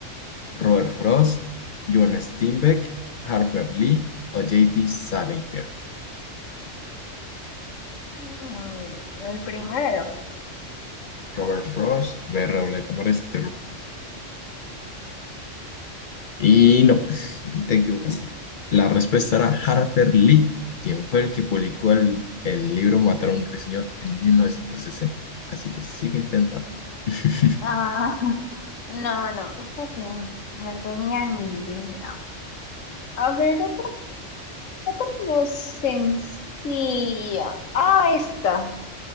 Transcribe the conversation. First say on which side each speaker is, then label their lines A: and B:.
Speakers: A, on the left; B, on the left.
A: ¿Robert Frost, John Steinbeck, Harper Lee o J.D. Salinger?
B: Mm, el primero.
A: Robert Frost, B. Reoleta Mores. Y no, te equivocaste. La respuesta era Harper Lee, quien fue el que publicó el, el libro Matar a un ruiseñor en 1960. Así que sigue intentando. <laughs>
B: Ah, <laughs> no, no, eso sí, no tenía ni idea. A ver, otra, otra no sencilla. Ah, esta.